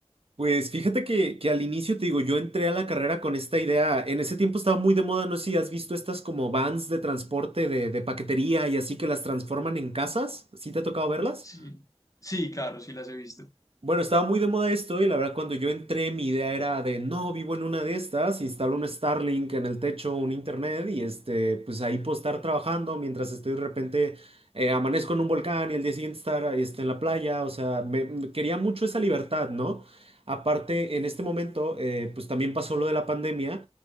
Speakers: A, on the right (about 60°); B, on the left (about 30°).
A: Pues fíjate que, que al inicio te digo, yo entré a la carrera con esta idea. En ese tiempo estaba muy de moda, no sé si has visto estas como vans de transporte de, de paquetería y así que las transforman en casas. ¿Sí te ha tocado verlas?
B: Sí, sí, claro, sí las he visto.
A: Bueno, estaba muy de moda esto y la verdad cuando yo entré mi idea era de, no, vivo en una de estas, instalo un Starlink en el techo, un internet y este, pues ahí puedo estar trabajando mientras estoy de repente, eh, amanezco en un volcán y el día siguiente estar este, en la playa, o sea, me, me quería mucho esa libertad, ¿no? Aparte, en este momento, eh, pues también pasó lo de la pandemia